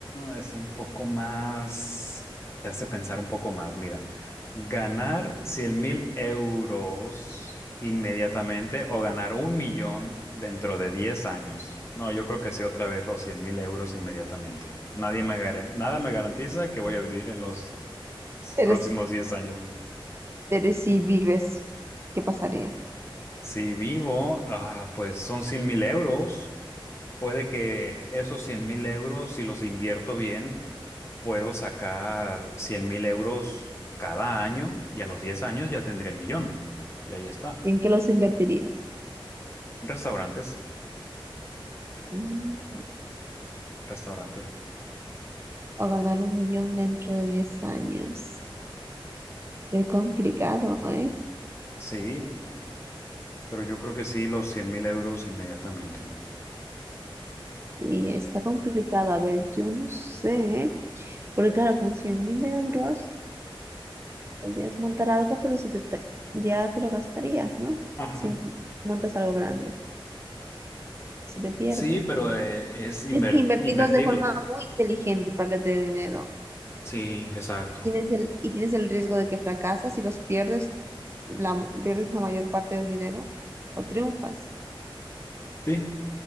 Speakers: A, on the left; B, on the right.
A: es un poco más, te hace pensar un poco más. Mira, ganar 100 mil euros inmediatamente o ganar un millón dentro de 10 años. No, yo creo que sí, otra vez los 100 mil euros inmediatamente. Nadie me garan- nada me garantiza que voy a vivir en los
B: Eres,
A: próximos 10 años.
B: eres si vives, ¿qué pasaría?
A: Si vivo, ah, pues son 100 mil euros. Puede que esos 100 mil euros, si los invierto bien, puedo sacar 100 mil euros cada año y a los 10 años ya tendría el millón. Y ahí está.
B: ¿En qué los invertirías?
A: Restaurantes,
B: Mm.
A: restaurantes.
B: o ganar un millón dentro de 10 años. Qué complicado, ¿eh?
A: Sí, pero yo creo que sí, los cien mil euros inmediatamente.
B: Y está complicado. A ver, yo no sé, porque claro, con cien mil euros podrías montar algo, pero se te, te- ya te lo gastarías, ¿no?
A: Ajá.
B: Si montas algo grande, se te pierde.
A: Sí, pero eh, es inver-
B: Tienes que invertirlos
A: invertirlo.
B: de forma muy inteligente para que te dé dinero.
A: Sí, exacto.
B: Tienes el, y tienes el riesgo de que fracasas y los pierdes, la, pierdes la mayor parte del dinero o triunfas.
A: Sí.